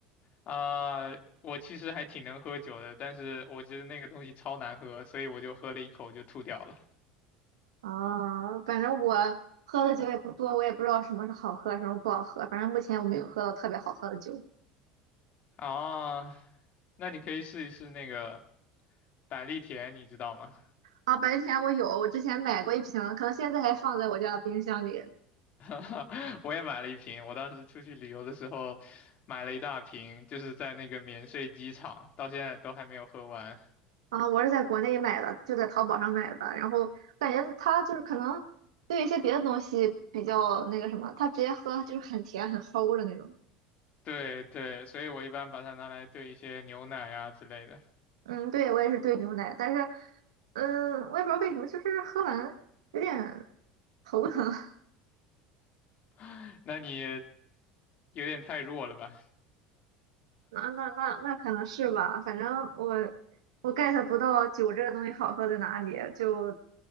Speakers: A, on the left; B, on the right.
A: 啊，我其实还挺能喝酒的，但是我觉得那个东西超难喝，所以我就喝了一口就吐掉了。
B: 啊，反正我喝的酒也不多，我也不知道什么是好喝，什么不好喝。反正目前我没有喝到特别好喝的酒。
A: 啊，那你可以试一试那个百利甜，你知道吗？
B: 啊，白天我有，我之前买过一瓶，可能现在还放在我家的冰箱里。
A: <laughs> 我也买了一瓶，我当时出去旅游的时候买了一大瓶，就是在那个免税机场，到现在都还没有喝完。
B: 啊，我是在国内买的，就在淘宝上买的。然后感觉它就是可能对一些别的东西比较那个什么，它直接喝就是很甜很齁的那种。
A: 对对，所以我一般把它拿来兑一些牛奶啊之类的。
B: 嗯，对，我也是兑牛奶，但是嗯，我也不知道为什么，就是喝完有点头疼。<laughs>
A: <laughs> 那你有点太弱了吧？
B: 那那那那可能是吧，反正我我 get 不到酒这个东西好喝在哪里，就